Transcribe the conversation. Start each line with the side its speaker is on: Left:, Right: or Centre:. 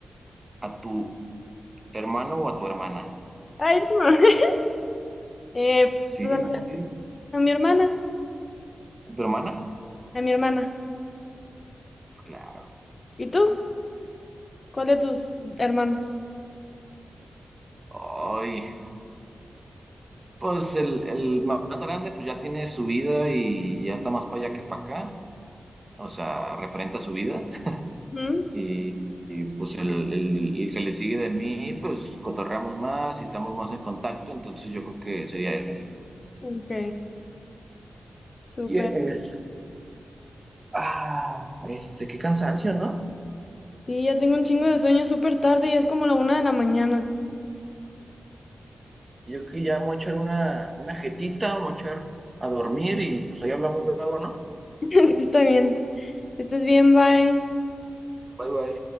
Right: ¿A tu hermano o a tu hermana?
Left: Ay, no. <laughs> Eh,
Right: Sí,
Left: pues a mi,
Right: sí, sí.
Left: a mi hermana,
Right: ¿A tu hermana?
Left: a mi hermana.
Right: Pues, claro.
Left: ¿Y tú? ¿Cuál de tus hermanos?
Right: Ay, pues el, el más grande pues ya tiene su vida y ya está más para allá que para acá. O sea, referente a su vida.
Left: ¿Mm?
Right: Y, y, pues el, el- el que le sigue de mí, pues cotorreamos más y estamos más en contacto. Entonces yo creo que sería él.
Left: Ok, súper.
Right: Yes. Ah, este, qué cansancio, ¿no?
Left: Sí, ya tengo un chingo de sueño súper tarde y es como la una de la mañana.
Right: Yo creo que ya me voy a echar una, una jetita, me voy a echar a dormir y pues ahí hablamos luego, ¿no?
Left: <laughs> Está bien. Estás bien, bye.
Right: Bye bye.